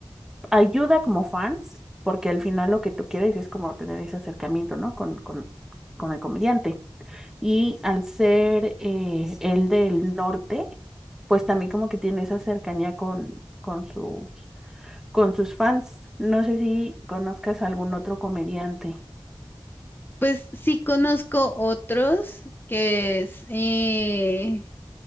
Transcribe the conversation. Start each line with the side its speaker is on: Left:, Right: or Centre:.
Centre: ayuda como fans, porque al final lo que tú quieres es como tener ese acercamiento, ¿no? Con, con, con el comediante. Y al ser eh, el del norte, pues también como que tiene esa cercanía con, con sus, con sus fans. No sé si conozcas algún otro comediante.
Left: Pues sí conozco otros, que es, eh,